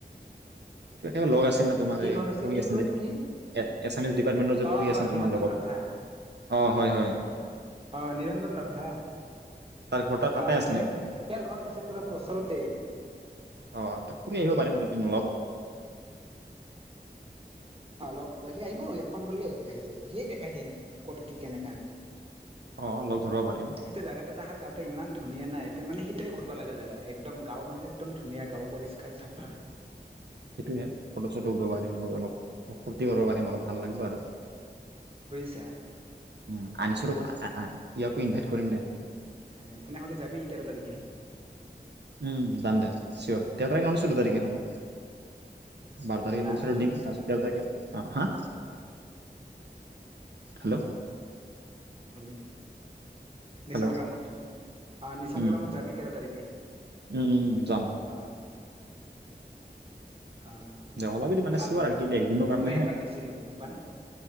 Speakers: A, on the right; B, on the right.
A: কিবা, কিবা লগ আছে। আছিল ন' তোমাৰ
B: কি
A: এই
B: ঘৰ
A: পঢ়ি
B: কি
A: আছে
B: কয়
A: যে,
B: কি
A: এছামিছ ডিপাৰ্টমেন্টৰ যে, পঢ়ি
B: অ',
A: আছিল তোমাৰ
B: নিৰঞ্জন
A: লগত।
B: ৰাভা
A: অ' হয়- হয়।
B: অ 'নিৰঞ্জন ৰাভা,
A: তাৰ ঘৰ
B: সিয়াৰ
A: তাতে আছে নেকি?
B: ঘৰ নিচেন গ্ৰামৰ ওচৰতেই।
A: অ তাত ফুৰি আহিব পাৰিম অলপ।
B: অলপ সি আহিব, ইয়াক ফোন কৰিলে আহ আহি যাব। ‌সিয়ে দেখাই দিয়ে ক'ত কি কেনেকুৱা?
A: অ', লগ ধৰিব পাৰিম
B: এতিয়া জেগা তাত আহাৰ, গাওঁতে ইমান ধুনীয়া না। মানে সিটাই ঘূৰিব লগা জেগা। একদম গাঁও মানে একদম ধুনীয়া গাঁও পৰিষ্কাৰ চাফা।
A: সেইটোহে, ফটো চটো উঠিব পাৰিম অলপ। ফূৰ্তি কৰিব পাৰিম অলপ। ভাল লাগিব আৰু,
B: বুজিছা
A: উম! আনিছৰো, ইয়াকো ইনভাইট কৰিম দে।
B: এ তেনেহলে যাবি তেৰ তাৰিখে।
A: উম যাম দে। চিয়'ৰ তেৰ তাৰিখে নহ'লে চৈধ্য তাৰিখে হ'ব। বাৰ তাৰিখে
B: না
A: পইছাটো
B: অৰ্জুন
A: ডিং, তাৰপিছত তেৰ তাৰিখে, অ' হা! হেল্ল'?
B: ভালেই। নিচান
A: হেল্ল'
B: গ্ৰামত, অ নিচান
A: উম,
B: গ্ৰামত যাবি তেৰ তাৰিখে।
A: উম উম যাম।
B: অ অ'
A: দে ওলাবি মানে
B: ভাল
A: চিয়ৰ
B: কিন্তু
A: আৰু কি
B: জাগা
A: একদিনৰ
B: তাত ধুনীয়া।
A: কাৰণেহে।
B: মই একবাৰ গৈছিলোঁ গম পাৱ নে?